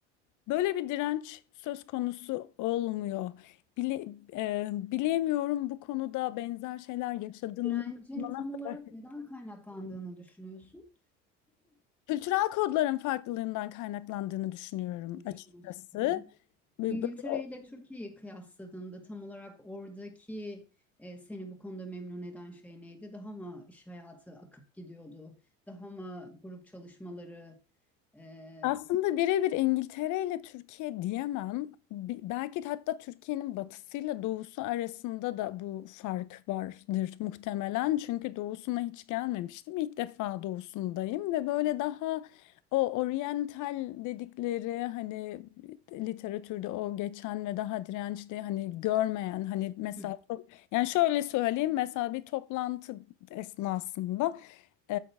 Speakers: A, on the left (about 55°); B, in the centre.
A: böyle bir direnç söz konusu olmuyor. Bile, e, bilemiyorum bu konuda benzer şeyler yaşadığını
B: Direncin
A: bana
B: tam
A: kadar.
B: olarak neden kaynaklandığını düşünüyorsun?
A: Kültürel kodların farklılığından kaynaklandığını düşünüyorum
B: Düşünüyorsun.
A: açıkçası.
B: Hı hı.
A: Ve
B: İngiltere
A: Böyle
B: ile Türkiye'yi kıyasladığında tam olarak oradaki e, seni bu konuda memnun eden şey neydi? Daha mı iş hayatı akıp gidiyordu? Daha mı grup çalışmaları? E,
A: Aslında birebir İngiltere ile Türkiye diyemem. Bi- Belki de hatta Türkiye'nin batısıyla doğusu arasında da bu fark vardır muhtemelen. Çünkü doğusuna hiç gelmemiştim. İlk defa doğusundayım ve böyle daha o oryantal dedikleri hani literatürde o geçen ve daha dirençli hani görmeyen hani mesela
B: hı.
A: yani şöyle söyleyeyim mesela bir toplantı esnasında e,